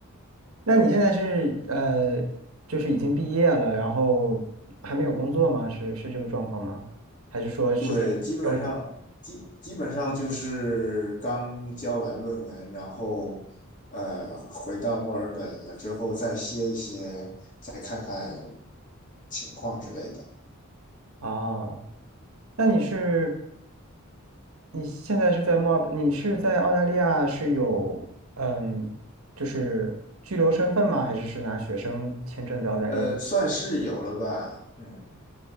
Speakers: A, on the right; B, on the left.
A: 那你现在是呃，就是已经毕业了，然后还没有工作吗？是是这个状况吗？还是说是在休息
B: 对，基本上基基本上就是刚交完论文，然后呃回到墨尔本了之后再歇一歇，再看看情况之类的。
A: 啊？那你是你现在是在墨尔本，你是在澳大利亚是有嗯，就是居留身份吗？还是是拿学生签证在澳大利亚？
B: 呃，算是有了吧，嗯，